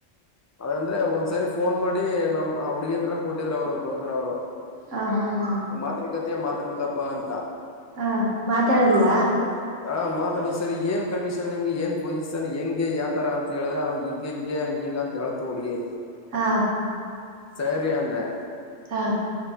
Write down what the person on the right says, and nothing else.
ಹ ಹಾ ಹಾ
ಹಾ ಮಾತಾಡ್ಲ
ಹಾ
ಹಾ